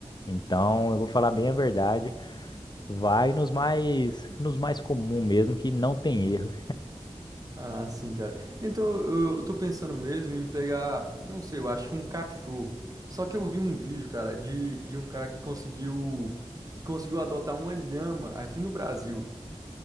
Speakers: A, on the left (about 40°); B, on the right (about 30°).
A: Então, eu vou falar bem a verdade. Vai nos mais, nos mais comum mesmo, que não tem erro.
B: Ah, sim, cara. Então, eu, eu tô pensando mesmo em pegar, não sei, eu acho que um cachorro. Só que eu vi um vídeo, cara, de, de um cara que conseguiu que conseguiu adotar uma lhama aqui no Brasil.